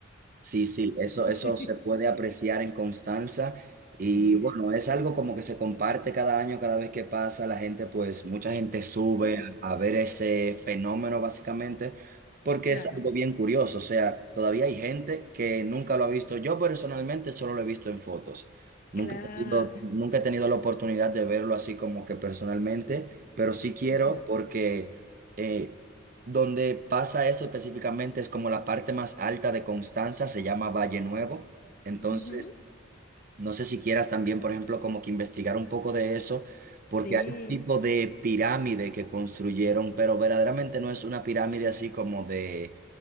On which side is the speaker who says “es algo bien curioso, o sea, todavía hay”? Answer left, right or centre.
Right